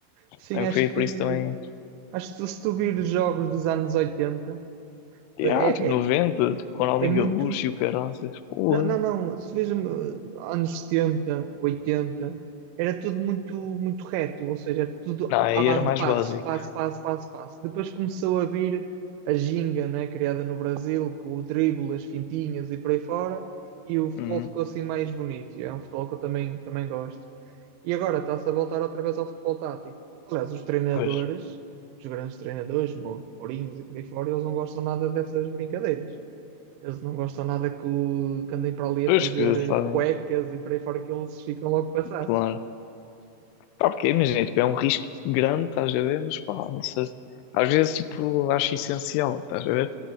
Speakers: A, on the right; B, on the left.
A: Sim,
B: Também
A: acho
B: foi
A: que
B: por isso também.
A: acho que se tu vires jogos dos anos 80,
B: E,
A: é,
B: ah, tipo, 90,
A: é,
B: tipo, Ronaldinho
A: é muito.
B: Gaúcho e o Caranças, porra.
A: Não, não, não, se vejo anos 70, 80 era tudo muito, muito reto, ou seja, era tudo
B: Não, aí
A: à base
B: era mais
A: de passos,
B: básico.
A: passo, passo, passo, passo. Depois começou a vir a ginga, não é, criada no Brasil, com o drible, as fintinhas e por aí fora, e o futebol
B: Hum,
A: ficou assim mais bonito. e É um futebol que eu também, também gosto. E agora está-se a voltar outra vez ao futebol tático. Aliás, os treinadores,
B: pois,
A: os grandes treinadores, Mou- Mourinhos e por aí fora, eles não gostam nada dessas brincadeiras. Eles não gostam nada que, o, que andem para ali
B: pois
A: a fazer
B: que
A: eh,
B: fazem,
A: cuecas e por aí fora que eles ficam logo passados.
B: claro. Pá, porque imagina, tipo, é um risco grande, estás a ver? Mas pá, não sei. Às vezes, tipo, acho essencial, estás a ver?